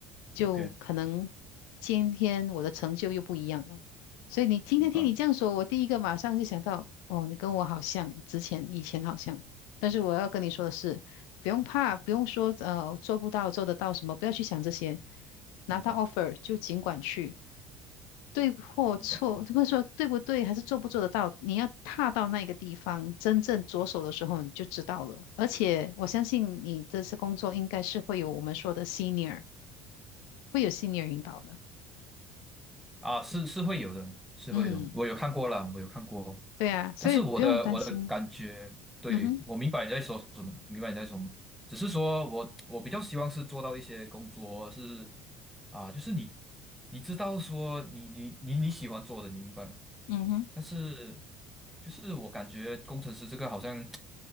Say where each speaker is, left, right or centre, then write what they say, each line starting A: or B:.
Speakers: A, on the left (about 60°); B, in the centre.
A: 就可能
B: ，OK，
A: 今天我的成就又不一样了。所以你今天听你这样说，
B: 明白
A: 我第一个马上就想到，哦，你跟我好像，之前以前好像。但是我要跟你说的是，不用怕，不用说呃做不到做得到什么，不要去想这些。拿到
B: 明白
A: offer 就尽管去，对或错，
B: 明白明白
A: 或者说对不对，还是做不做得到，你要踏到那个地方，真正着手的时候，你就知道了。而且我相信你这次工作应该是会有我们说的 senior，会有 senior 引导的。
B: 啊，是是会有的，是会有，
A: 嗯，
B: 我有看过了，我有看过，
A: 对啊，所以不用担心。
B: 但是我的我的感觉，对，
A: 嗯哼，
B: 我明白你在说什么，明白你在说什么，只是说我我比较希望是做到一些工作是啊，就是你你知道说你你你你喜欢做的，你明白吗？
A: 嗯哼，
B: 但是就是我感觉工程师这个好像